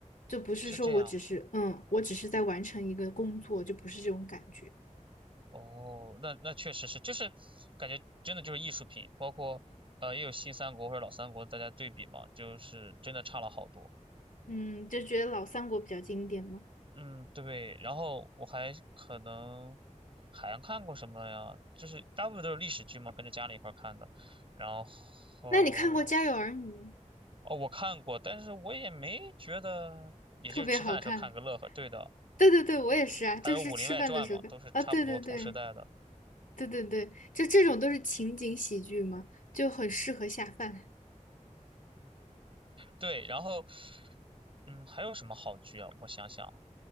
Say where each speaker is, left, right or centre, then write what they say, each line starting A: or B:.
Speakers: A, on the left; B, on the right.
A: 就不是说我只是，
B: 是这样。
A: 嗯，我只是在完成一个工作，就不是这种感觉。
B: 哦，那那确实是，就是感觉真的就是艺术品，包括呃也有新三国或者老三国，大家对比嘛，就是真的差了好多。
A: 嗯，就觉得老三国比较经典嘛。
B: 嗯，对。然后我还可能还看过什么呀？就是大部分都是历史剧嘛，跟着家里一块儿看的。然后
A: 那你看过《家有儿女》吗？
B: 哦，我看过，但是我也没觉得，也就是吃饭的时候看个乐呵。
A: 特别好看。
B: 对的，
A: 对对对，我也是啊，
B: 还有《武林外传》嘛，
A: 就是吃饭的时候看啊。
B: 都是差不多同时代的。
A: 对对对对对对，就这种都是情景喜剧嘛，就很适合下饭。
B: 对，然后嗯，还有什么好剧啊？我想想。